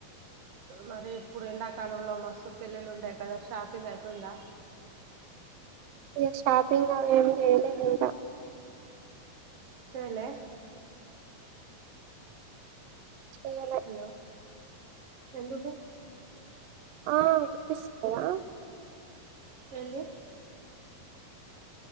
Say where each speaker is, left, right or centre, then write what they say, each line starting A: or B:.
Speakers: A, on the right; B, on the right.
A: మరి ఇప్పుడు ఎండాకాలంలో మస్తు పెళ్ళిళ్ళు ఉంటాయి కదా షాపింగ్ అయిపోయిందా.
B: ఇ షాపింగ్ అవేమి చేయలేదు ఇంకా
A: చెయ్ లే
B: చేయలే
A: హలో ఎందుకు
B: ఆ వినిపిస్తున్నదా
A: ఏంది